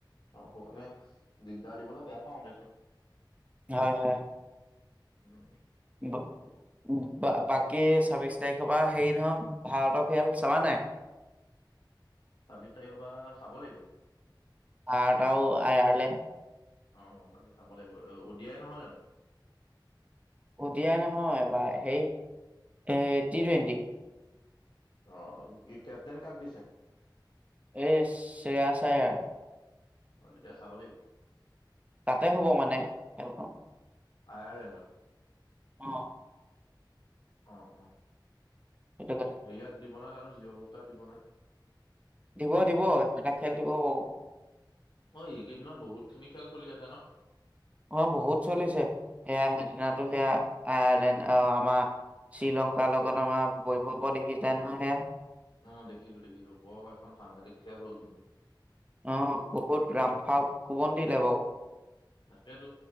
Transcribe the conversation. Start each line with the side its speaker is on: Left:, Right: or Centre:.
Left: আহ মানে দিগদাৰ দিবলৈ বেয়া পাওঁ দেচোন।
Right: হয় হয়।
Left: উম।
Right: বাকী ছাব্বিশ তাৰিখ তাৰ পৰা হেৰি নহয় ভাৰতৰ খেল চাবা নাই
Left: ছাব্বিশ তাৰিখৰ পৰা চাব লাগিব।
Right: আয়াট আৰু আয়াৰলেণ্ড
Left: অ গম পাইছো চাব লাগিব উদিয়াই নহয় জানো?
Right: উদিয়াই নহয় এইবাৰ হেই এ টি টুৱেণ্টি।
Left: অ কি কেপ্তেইন কাক দিছে।
Right: এই শ্ৰেয়া চায়াৰ
Left: অ তেতিয়াহলে চাব লাগিব
Right: তাতে হ'ব মানে খেলখন
Left: অ জেনো
Right: অ
Left: অ অ
Right: সেইটো কথা
Left: সে ইয়াত দিব নাই জানো জিঅ হত ষ্টাৰত দিব নাই
Right: দিব দিব সেইবিলাক খেল দিব বাও
Left: অ এইকেইদিনত বহুত খিনি খেল চলি আছে ন
Right: অ বহুত চলিছে সেয়া সেইদিনাতো সেয়া আয়াৰলেণ্ড অহ আমাৰ শ্ৰীলংকাৰ লগত আমাৰ বৈভক দেখি যায় নহয় সেয়া
Left: অ দেখিছো দেখিছো বৰ এখন সাংঘাতিক খেল হল কিন্তু
Right: অহ বহুত ৰামফা কোবন দিলে বাও
Left: তাকেইেতো